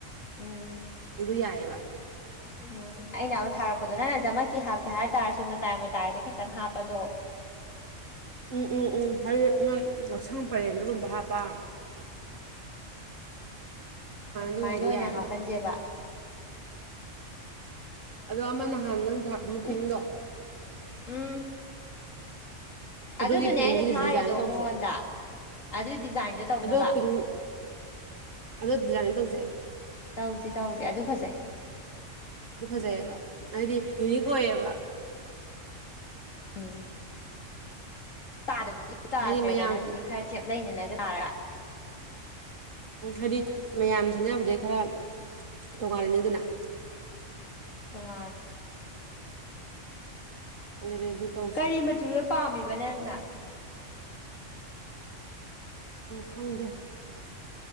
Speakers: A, on the left; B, on the right.
A: ꯎꯝ
B: ꯑꯗꯨ ꯌꯥꯏꯑꯕ
A: ꯎꯝ ꯑꯩꯅ ꯑꯃ ꯊꯥꯔꯛꯄꯗꯣ ꯅꯪꯅꯖꯃꯛꯀꯤ ꯍꯥꯞꯀꯦ ꯍꯥꯏ ꯇꯥꯔꯁꯨ ꯃꯇꯥꯏ ꯃꯇꯥꯏꯗ ꯈꯤꯇꯪ ꯍꯥꯞꯄꯗꯣ
B: ꯎꯝ ꯎꯝ ꯎꯝ ꯍꯥꯏꯕꯗꯤ ꯌꯥꯎꯁꯪ ꯄꯔꯦꯡꯗꯒꯨꯝꯕ ꯍꯥꯞꯄ
A: ꯍ <unintelligible> ꯑꯗꯨꯃꯥꯏꯅ
B: ꯇꯣꯡꯕꯗ
A: ꯑꯣꯏꯅ
B: ꯌꯥꯏꯑꯕ
A: ꯍꯥꯞꯄꯟꯁꯦꯕ
B: ꯑꯗꯣ ꯑꯃ ꯅꯍꯥꯟ ꯅꯪ ꯊꯥꯔꯛꯄ ꯑꯃ
A: <unintelligible>
B: ꯄꯤꯡꯗꯣ
A: ꯎꯝ
B: ꯑꯗꯨꯒꯤ
A: ꯑꯗꯨꯗꯨꯅꯦ
B: ꯄꯤꯡꯒꯤꯗꯨ
A: ꯑꯩꯅ ꯊꯥꯔꯤꯗꯣ
B: ꯗꯤꯖꯥꯏꯟ ꯇꯧꯁꯦ
A: ꯃꯉꯣꯟꯗ ꯑꯗꯨ ꯗꯤꯖꯥꯏꯟꯗꯣ ꯇꯧꯅꯕ
B: ꯑꯗꯣ ꯄꯤꯡ ꯑꯗꯣ ꯗꯤꯖꯥꯏꯟ ꯇꯧꯁꯦ
A: ꯇꯧꯁꯦ ꯇꯧꯁꯦ ꯑꯗꯨ ꯐꯖꯩ
B: ꯑꯗꯨ ꯐꯖꯩꯑꯕ ꯍꯥꯏꯗꯤ ꯌꯨꯅꯤꯛ ꯑꯣꯏꯌꯦꯕ
A: ꯎꯝ ꯇꯥꯗꯕꯤ ꯇꯥꯗ꯭ꯔꯦꯗꯅ
B: ꯍꯥꯏꯗꯤ ꯃꯌꯥꯝ
A: ꯑꯗꯨꯗꯤ ꯈꯔ ꯆꯦꯞ ꯂꯩꯅꯒ ꯇꯥꯔ
B: ꯍꯥꯏꯗꯤ ꯃꯌꯥꯝ ꯁꯦꯟꯅꯕꯗꯤꯩ ꯈꯔ ꯇꯣꯉꯥꯂꯅꯤ ꯑꯗꯨꯅ
A: ꯇꯨꯡꯉꯥꯥꯟ
B: ꯑꯗꯨꯗꯤ ꯑꯗꯨ ꯇꯧꯁꯦ
A: ꯀꯔꯤ ꯃꯆꯨꯗ ꯄꯥꯝꯃꯤꯕ ꯆꯅꯦ ꯑꯪꯅ
B: ꯈꯪꯗꯦ